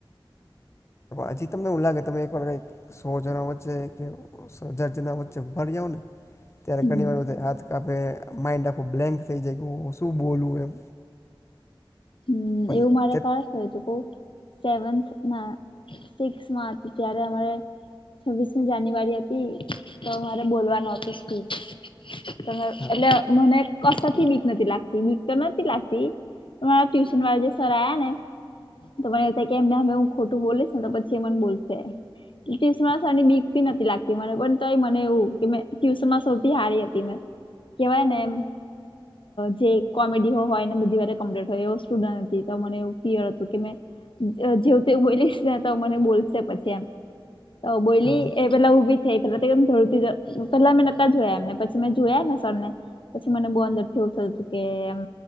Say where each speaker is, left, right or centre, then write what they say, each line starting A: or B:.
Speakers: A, on the left; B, on the left.
A: હજી તમને એવુ લાગે તમે એક વાર કઈક સોજણ વચે કે જજના વચ્ચે ઉભા રયો ને ત્યારે
B: હમ
A: ઘણી વાર હાથ કાપે, માઇન્ડ આખો બ્લેન્ક થઈ જાય, શું બોલું એમ.
B: હમ્મ,
A: પણ
B: એવું મારે
A: ચટ
B: તો સેવન્થ ના સિક્સમાં હતી ત્યારે હવે છવ્વીસમી જાન્યુઆરી હતી, તો મારે બોલવાનું હતું સ્પીચ. એટલે
A: હા
B: મને કશથી મીક નથી લાગતી મીક તો નથી લાગતી. <unintelligible> ટ્યુશન વાળા જે સર આયા ને તો મને એવું થ કે એમને હું ખોટું બોલીશ ને તો પછી એ મને બોલશે. <unintelligible> નથી લાગતી મને પણ મને એવું કે મે ટ્યુશનમાં સૌથી હારી હતી મે. કેવાય ને એમ, જે કોમેડી હો હોય ને બધી વારે સ્ટુડન્ટ હતી તો મને એવ હતું કે મે જેવું તેવું બોલીશ ને તો મને બોલશે પછી એમ. તો બોલી
A: હા
B: એ પેલા ઉભી થઈ <unintelligible> પેલા મેં નતા જોયા એમને પછી મેં જોયા ને સરને પછી મને બહુ અંદર થીવું થતું હતું કે એમ